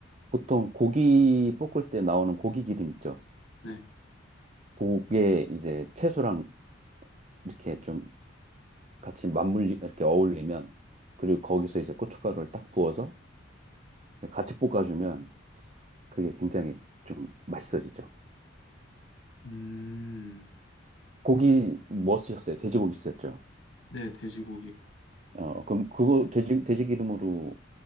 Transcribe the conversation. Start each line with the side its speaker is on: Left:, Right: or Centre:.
Right: 보통 고기 볶을 때 나오는 고기 기름 있죠.
Left: 네.
Right: 그게 이제 채소랑 이렇게 좀 같이 맞물리, 이렇게 어울리면 그리고 거기서 이제 고춧가루를 딱 부어서 같이 볶아주면 그게 굉장히 좀 맛있어지죠.
Left: 음,
Right: 고기 뭐 쓰셨어요? 돼지고기 쓰셨죠?
Left: 네, 돼지고기요.
Right: 어, 그럼 그거 돼지, 돼지 기름으로